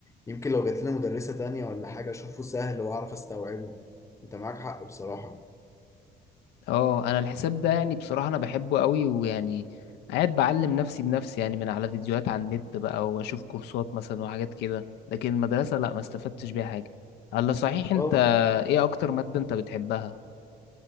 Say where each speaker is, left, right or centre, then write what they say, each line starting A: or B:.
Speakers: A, on the left; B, on the left.
A: يمكن لو جات لنا مدرسة تانية ولا حاجة أشوفه سهل وأعرف أستوعبه أنت معاك حق بصراحة
B: اه أنا الحساب ده يعني بصراحة أنا بحبه قوي ويعني قاعد بعلم نفسي بنفسي يعني من على فيديوهات على النت بقى وأشوف كورسات مثلا وحاجات كده لكن المدرسة لأ ما استفدتش بيها حاجة الله صحيح أنت
A: أه
B: إيه أكتر مادة أنت بتحبها؟